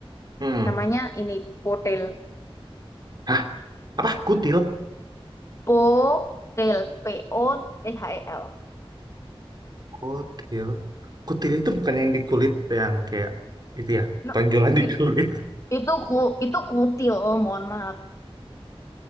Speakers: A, on the right; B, on the left.
A: Hmm.
B: Namanya ini potel.
A: Hah, apa? Kutil?
B: Potel. P O T H E L.
A: Kutil. Kutil itu bukan yang di kulit yang kayak itu ya,
B: Nah,
A: tonjolan di
B: it-
A: kulit.
B: itu ku itu kutil, oh, mohon maaf.